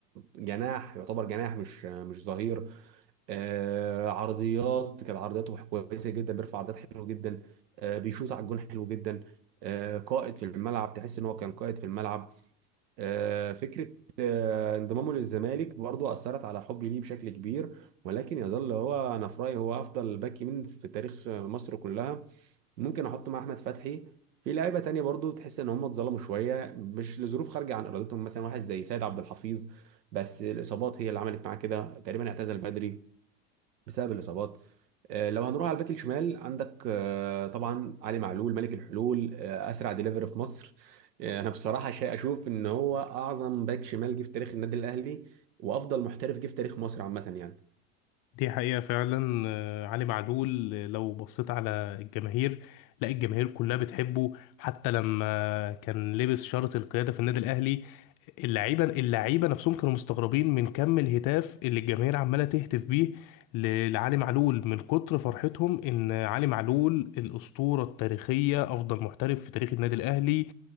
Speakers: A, on the right (about 80°); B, on the left (about 45°).
A: جناح يعتبر جناح مش مش ظهير آه عرضيات كان عرضياته كويسه جدا بيرفع عرضيات حلو جدا آه بيشوط على الجون حلو جدا آه قائد في الملعب تحس ان هو كان قائد في الملعب آه فكره آه انضمامه للزمالك برضو اثرت على حبي ليه بشكل كبير ولكن يظل هو انا في رايي هو افضل باك يمين في تاريخ آه، مصر كلها ممكن احط مع احمد فتحي في لعيبه تانية برضو تحس ان هم اتظلموا شويه مش لظروف خارجه عن ارادتهم مثلا واحد زي سيد عبد الحفيظ بس الاصابات هي اللي عملت معاه كده تقريبا اعتزل بدري بسبب الاصابات آه، لو هنروح على الباك الشمال عندك آه، طبعا علي معلول ملك الحلول آه، اسرع ديليفري في مصر آه، انا بصراحه شيء اشوف ان هو اعظم باك شمال جه في تاريخ النادي الاهلي وافضل محترف جه في تاريخ مصر عامه يعني
B: دي حقيقة فعلا آه، علي معلول آه، لو بصيت على الجماهير لا الجماهير كلها بتحبه حتى لما كان لبس شارة القيادة في النادي الأهلي اللعيبة اللعيبة نفسهم كانوا مستغربين من كم الهتاف اللي الجماهير عمالة تهتف بيه ل- لعلي معلول من كتر فرحتهم إن علي معلول الأسطورة التاريخية أفضل محترف في تاريخ النادي الأهلي